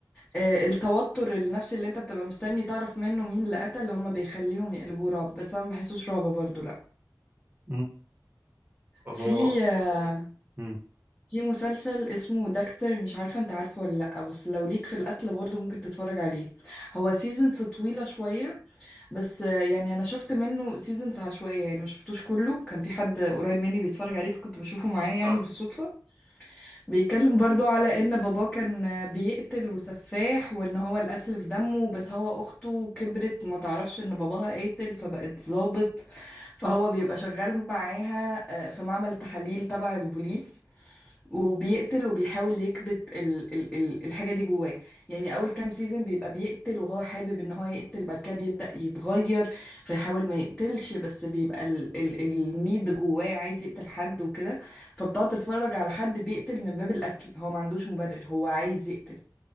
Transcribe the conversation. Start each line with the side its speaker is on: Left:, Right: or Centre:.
Left: آه، التوتر النفسي اللي انت بتبقى مستني تعرف منه مين اللي قتل هم بيخليهم يقلبوه رعب بس انا ما بحسوش رعب برضو لا
Right: مم. هو
Left: في آه،
Right: مم.
Left: في مسلسل اسمه داكستر مش عارفة انت عارفه ولا لا بس لو ليك في القتل برضو ممكن تتفرج عليه هو سيزونز طويلة شوية بس آه، يعني انا شفت منه سيزونز عشوائية يعني مش شفتوش كله كان في حد قريب مني بيتفرج عليه فكنت بشوفه معاه يعني
Right: اه
Left: بالصدفة بيتكلم برضو على ان باباه كان بيقتل وسفاح وان هو القتل في دمه بس هو اخته كبرت ما تعرفش ان باباها قاتل فبقت ظابط فهو بيبقى شغال معاها آه، في معمل تحاليل تبع البوليس وبيقتل وبيحاول يكبت ال ال ال الحاجة دي جواه يعني أول كام سيزون بيبقى بيقتل وهو حابب إن هو يقتل بعد كده بيبدأ يتغير فيحاول ما يقتلش بس بيبقى ال ال النيد جواه عايز يقتل حد وكده فبتقعد تتفرج على حد بيقتل من باب القتل هو ما عندوش مبرر هو عايز يقتل